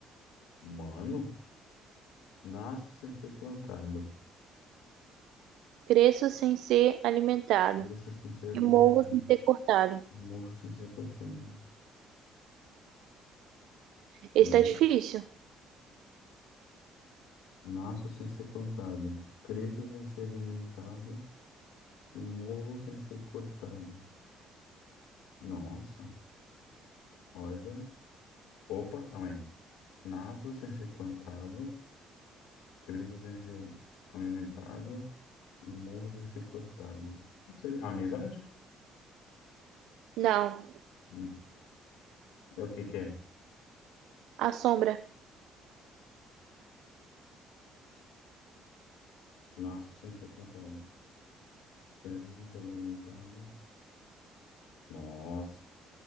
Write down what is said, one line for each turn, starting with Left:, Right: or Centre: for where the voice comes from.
Left: Mano, nasço sem ser plantado.
Right: Cresço sem ser alimentado
Left: Cresço sem ser alimentado.
Right: e morro sem ser cortado.
Left: Morro sem ser cortado.
Right: Esse
Left: Mo-
Right: tá difícil.
Left: Nasço sem ser plantado, cresço sem ser alimentado e morro sem ser cortado. Nossa, olha. Opa, calma aí. Nasço sem ser plantado, cresço sem ser alimentado e morro sem ser cortado. Não sei, a amizade?
Right: Não.
Left: Hum, É o que que é?
Right: A sombra.
Left: Nasço sem ser plantado, cresço sem ser alimentado. Nossa,